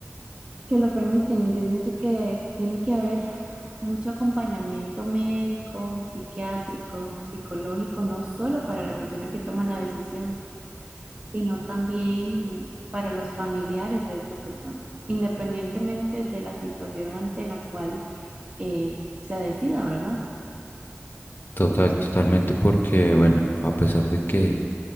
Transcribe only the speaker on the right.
que lo permiten y yo siento que tiene que haber mucho acompañamiento médico, psiquiátrico, psicológico, no solo para la persona que toma la decisión sino también para los familiares de esta persona, independientemente de la situación ante la cual eh, se decida, ¿verdad?